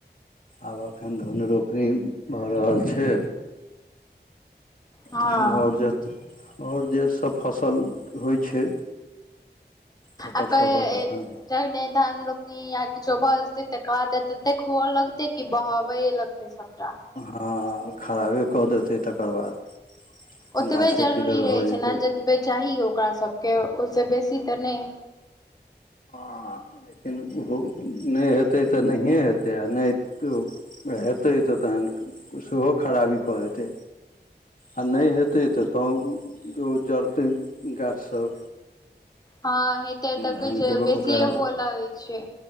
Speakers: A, on the left; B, on the left.
A: आब अखन धन रोपनी भऽ रहल छै
B: हँ
A: तहन आओर जे आओर जे सब फसल होइ छै तकर
B: आकै
A: सभक एखन
B: जगने धान रो या किछो भ जेतै तकर बाद ततेक हुव लगतेै कि बहबये लगतै सबटा
A: हँ खराबे कऽ देतै तकर बाद
B: ओतबे
A: गाछे
B: जरूरी
A: पीयर
B: रहै
A: भऽ जेतै
B: छै ने जतबे चाही ओकराबके ओइसँ बेसी तऽ नय
A: हँ लेकिन ओहो नै हेतै तऽ नहिए हेतै आ नै तो हेतै तऽ तहन सेहो खराबी कऽ जेतै आ नै हेतै तऽ त उ जड़तै गाछ सब
B: हँ हेतै तऽ
A: धानके
B: किछु
A: रो
B: बेसिए
A: ओकरा
B: हुअ लगै छियै